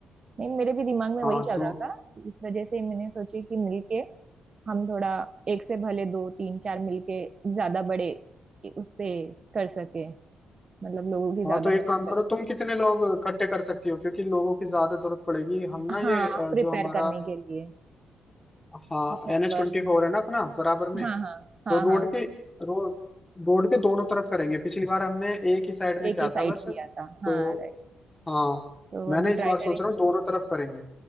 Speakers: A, on the right; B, on the left.
A: नहीं मेरे भी दिमाग में
B: हाँ
A: वही चल
B: तो
A: रहा था इस वजह से मैंने सोची कि मिलके हम थोड़ा एक से भले दो तीन चार मिलके ज्यादा बड़े उस पे कर सके मतलब लोगों की ज्यादा
B: हाँ तो एक
A: मदद
B: काम करो
A: कर सके
B: तुम कितने लोग इकट्ठे कर सकती हो क्योंकि लोगों की ज्यादा जरूरत पड़ेगी हम ना ये
A: हाँ
B: अ,
A: प्रिपेयर
B: जो हमारा
A: करने के लिए
B: हाँ
A: शरबत
B: एन एच ट्वेंटी फोर है ना अपना बराबर में
A: हाँ
B: तो
A: हाँ हाँ
B: रोड
A: हाँ
B: के रोड रोड के दोनों तरफ करेंगे पिछली बार हमने एक ही साइड में
A: एक
B: किया
A: ही साइड
B: था बस
A: किया
B: तो
A: था हाँ राइट
B: हाँ
A: तो
B: मैंने
A: अभी
B: इस
A: ट्राई
B: बार सोच
A: करें
B: रहा हूँ दोनों तरफ करेंगे